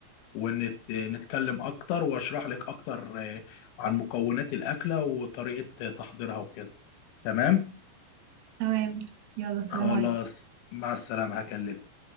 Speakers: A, on the left; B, on the right.
A: ونتكلم أكتر وأشرح لك أكتر آه، عن مكونات الأكلة وطريقة تحضيرها وكده تمام؟
B: تمام يلا السلام
A: خلاص
B: عليكم
A: مع السلامة هكلمك